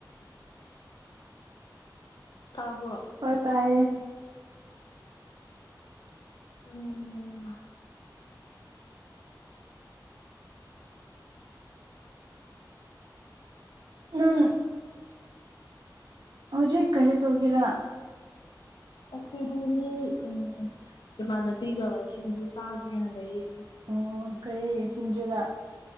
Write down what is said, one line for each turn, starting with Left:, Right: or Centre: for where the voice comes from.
Left: ꯇꯥꯕ꯭ꯔꯣ
Right: ꯍꯣꯏ ꯇꯥꯏꯑꯦ
Left: ꯎꯝ
Right: ꯎꯪ <unintelligible> ꯍꯧꯖꯤꯛ ꯀꯔꯤ ꯇꯧꯒꯦꯔ
Left: ꯑꯦꯈꯣꯏꯗꯗꯤ ꯎꯝ ꯏꯃꯥꯟꯅꯕꯤꯒ ꯁꯤꯡꯖꯨ ꯆꯥꯒꯦꯅ ꯂꯩꯌꯦ
Right: ꯑꯣ ꯀꯔꯤ ꯁꯤꯡꯖꯨꯔꯥ